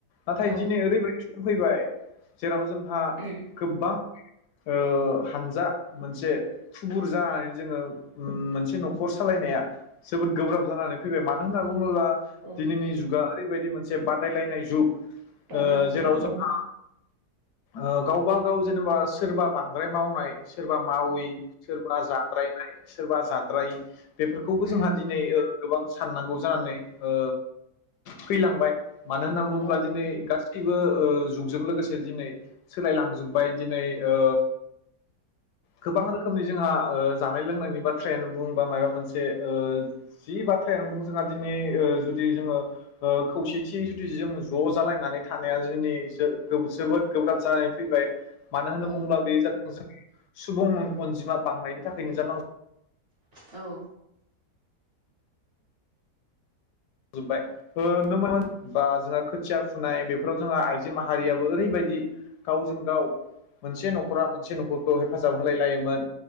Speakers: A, on the left (about 85°); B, on the right (about 50°).
A: नाथाय
B: औ
A: दिनै ओरैबायस फैबाय जेराव जों हा
B: उम
A: गोब्बां ओ हानजा मोनसे थुबुर जानानै जोंङो उम मोनसे न'खर सालायनाया जोबोद गोब्राब जानानै फैबाय मानो होनना बुंङोब्ला
B: औ
A: दिनैनि जुगा ओरैबायदि मोन जे बादायलायनाय जुग
B: बादायलायनाय
A: ओ जेराव
B: जुग
A: जोंहा
B: औ।
A: ओ गावबा गाव जेनेबा सोरबा बांद्राय मावनाय सोरबा मावि सोरबा जाद्रायनाय सोरबा जाद्रायि बेफोरखौबो
B: उम
A: जोंहा दिनै ओ गोबां साननांगौ जानानै ओ फैलांबाय। मानो होनना बुङोब्ला
B: औ
A: दिनै गास सैबो ओ जुगजों लोगोसे दिनै सोलायलांजोबबाय दिनै ओ गोबां रोखोमनि जोंहा ओ जानाय लोंनायनि बाथ्रायानो बुं बा मायबा मोनसे ओ जि बाथ्रायानो बुं जोंहा दिनै ओ जुदि जोङो ओ खौसेथियै जुदि जों ज' जालायनानै थानाया जोंनि जो-जोबोद गोब्राब जानानै फैबाय। मानो होनना
B: औ
A: बुङोब्ला बे <unintelligible> सुबुं अनजिमा बांनायनि थाखायनो जालां
B: औ।
A: जोबबाय नुनो <unintelligible> बा जोंहा खोथिया फुनाय बेफोराव जोंहा आइजो माहारियाबो ओरैबायदि गावजों गाव मोनसे न'खरा मोनसे न'खरखौ हेफाजाब होलाय लायोमोन।